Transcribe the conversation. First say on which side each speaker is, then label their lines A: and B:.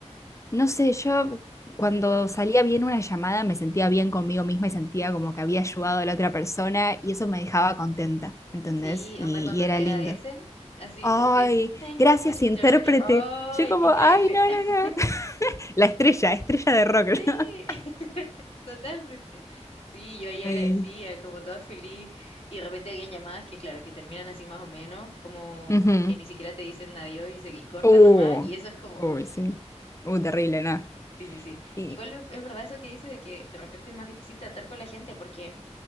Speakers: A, on the left; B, on the left.
A: no sé, yo cuando salía bien una llamada me sentía bien conmigo misma y sentía como que había ayudado a la otra persona y eso me dejaba contenta, ¿entendés?
B: Sí,
A: Y,
B: ¿Onda cuando
A: y era
B: te agradecen,
A: lindo.
B: así
A: Ay,
B: cuando te dicen, thank
A: gracias,
B: you so much, interpreter.
A: intérprete.
B: ¡Ay,
A: Yo como,
B: increíble!
A: ay, no,
B: <laughs>
A: no, no. <laughs> La estrella, estrella de rock.
B: Sí,
A: <laughs>
B: <laughs> totalmente. Sí, yo ahí agradecía,
A: Ay.
B: como toda feliz. Y de repente habían llamadas que, claro, que terminan así más o menos, como,
A: Ujú.
B: como que ni siquiera te dicen adiós y, se, y cortan
A: Uh,
B: nomás. Y eso es como,
A: Uy,
B: uff,
A: sí. uh, terrible, ¿no?
B: Sí, sí, sí.
A: Y,
B: Igual es es verdad eso que dice de que de repente es más difícil tratar con la gente porque